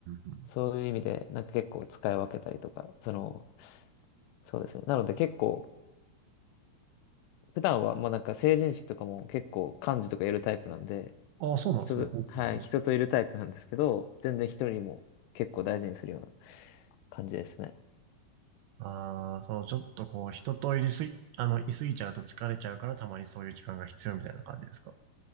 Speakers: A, on the right; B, on the left.
A: うんうん。
B: そういう意味でなんか結構使い分けたりとか、その、そうですね。なので結構、普段はもうなんか成人式とかも結構幹事とかやるタイプなんで、
A: ああ、そうなんですね。
B: 人と、
A: ほうほうほう。
B: はい、人といるタイプなんですけど、全然一人も結構大事にするような感じですね。
A: ああ、そう、ちょっとこう、人といりすぎ、あの、いすぎちゃうと疲れちゃうから、たまにそういう時間が必要みたいな感じですか。